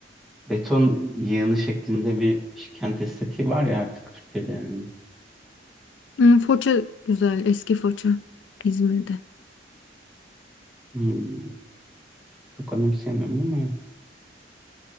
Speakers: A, in the centre; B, on the left.
A: beton yığını şeklinde bir kent estetiği var ya artık Türkiye'de yani.
B: Hmm, Foça güzel eski Foça İzmir'de.
A: Hmm, çok anımsayamıyorum ama